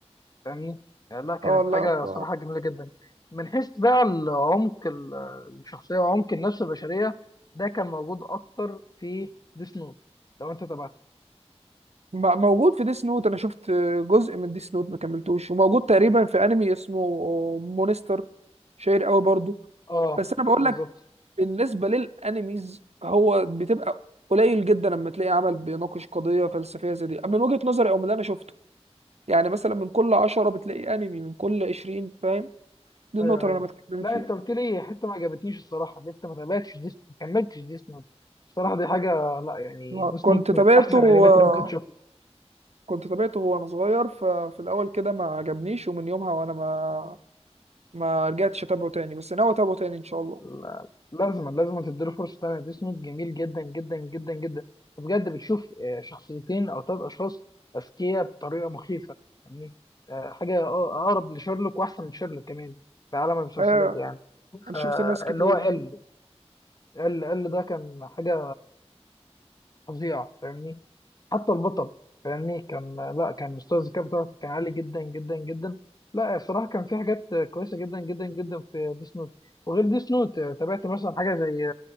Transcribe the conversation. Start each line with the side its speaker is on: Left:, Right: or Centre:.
Left: فاهمني يعني لا كانت
Right: اه
Left: حاجه
Right: لا ف...
Left: صراحه جميله جدا من حيث بقى العمق ال- الشخصيه وعمق النفس البشريه ده كان موجود اكتر في ديس نوت لو انت تابعته
Right: م- موجود في ديس نوت انا شفت جزء من ديس نوت ما كملتوش وموجود تقريبا في انمي اسمه مونستر شهير قوي برضو
Left: اه
Right: بس انا بقول
Left: بالظبط
Right: لك بالنسبة للانميز هو بتبقى قليل جدا لما تلاقي عمل بيناقش قضية فلسفية زي دي من وجهة نظري او من اللي انا شفته يعني مثلا من كل عشرة بتلاقي انمي من كل عشرين فاهم دي
Left: ايوه
Right: النقطة اللي
Left: ايوه
Right: انا بتكلم
Left: لا
Right: فيها
Left: انت قلت لي حته ما عجبتنيش الصراحه اللي انت ما تابعتش ديس ما كملتش ديس نوت الصراحه دي حاجه لا يعني
Right: آه،
Left: ديس
Right: كنت
Left: نوت
Right: تابعته
Left: من احسن لا الانميات
Right: آه،
Left: اللي ممكن تشوفها
Right: كنت تابعته وانا صغير ففي الاول كده ما عجبنيش ومن يومها وانا ما ما رجعتش اتابعه تاني بس ناوي اتابعه تاني ان شاء الله
Left: لا- لازم لازم تديله فرصه تانيه ديس نوت جميل جدا جدا جدا جدا بجد بتشوف آه، شخصيتين او ثلاث اشخاص اذكياء بطريقه مخيفه يعني حاجه أق- اقرب لشيرلوك واحسن من شيرلوك كمان في عالم المسلسلات
Right: آه
Left: يعني
Right: انا
Left: فاللي
Right: شفت ناس كتير
Left: هو ال ال ال ده كان حاجه فظيعه فاهمني حتى البطل فاهمني كان لا كان مستوى الذكاء بتاعه كان عالي جدا جدا جدا لا الصراحه كان في حاجات كويسه جدا جدا جدا في ديس نوت وغير ديس نوت تابعت مثلا حاجه زي